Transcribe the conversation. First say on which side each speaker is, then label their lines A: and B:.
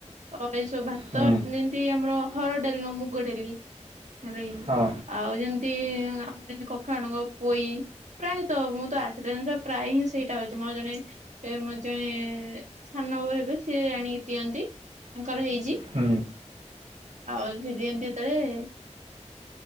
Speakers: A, on the right; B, on the right.
A: ଅ- ଏଇ ସବୁ ଭାତ୍
B: ହଁ
A: ତ ଯେମିତି ଆମର ହରଡ ଡାଲି ନୁହଁ ମୁଗ ଡାଲି ହେଲାକି
B: ହଁ
A: ଆଉ ଯେମତି ଆମର ଯେମିତି କଖାରୁ ଡଙ୍କ ପୋଇ ପ୍ରାୟେ ତ ମୁଁ ତ ଆସିଲି <unintelligible> ପ୍ରାୟେ ହିଁ ସେଇଟା ହଉଚି। ମୋର ଜଣେ ଏ ମୋର ଜଣେ ସାନ ବଉ ହେବେ ସିଏ ଆଣିକି ଦିଅନ୍ତି ତାଙ୍କର ହେଇଚି।
B: ହଁ।
A: ଆଉ ସେ ଦିଅନ୍ତି ଯେତେବେଳେ